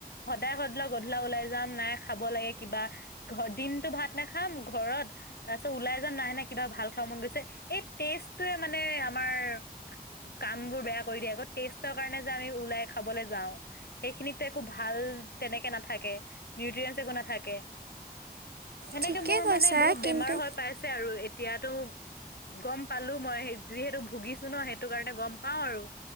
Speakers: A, on the left; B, on the right.
A: সদায় সদলা গধূলা ওলাই যাম নাই খাব লাগে কিবা দিনতটো ভাত নাখাই ঘৰত তাৰপিছত ওলাই যাম নাহে নে কিবা ভাল খাব মন গৈছে, এই টেষ্টটোৱে মানে আমাৰ কাম বোৰ বেয়া কৰি দিয়ে আকৌ টেষ্টৰ কাৰণে যে আমি ওলাই খাবলৈ যাওঁ। সেইখিনিতো একো ভাল তেনেকে নাথাকে, নিউট্ৰিয়েঞ্চ একো নাথাকে। সেনেকে
B: ঠিকে
A: মোৰ
B: কৈছা
A: মানে বহুত বেমাৰ
B: কিন্তু
A: হৈ পাইছে আৰু এতিয়াতো গ'ম পালোঁ মই যিহেতু ভুগিছো ন, সেইটো কাৰণে গম পাওঁ আৰু।